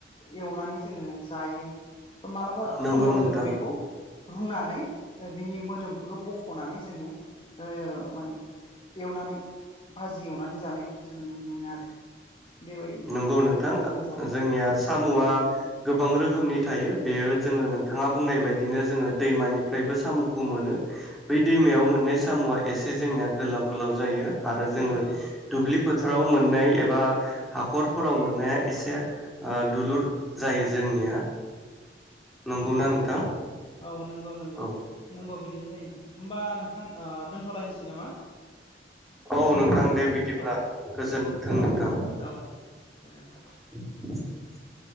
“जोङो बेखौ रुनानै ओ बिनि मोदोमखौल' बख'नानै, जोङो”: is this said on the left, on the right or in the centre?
Left